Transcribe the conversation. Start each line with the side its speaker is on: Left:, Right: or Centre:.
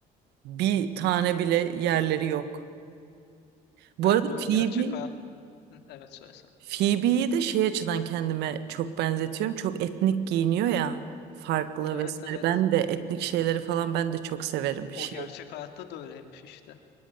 Right: bir tane bile yerleri yok. Bu
Left: Ben
Right: arada
Left: böyle
Right: Phoebe
Left: gerçek hayat... Hı, Evet söylesen.
Right: Phoebe'yi de şey açıdan kendime çok benzetiyorum. Çok etnik giyiniyor ya farklı
Left: Evet
Right: vesaire.
Left: evet.
Right: Ben de etnik şeyleri falan ben de çok severim. Şey.
Left: O gerçek hayatta da öyleymiş işte.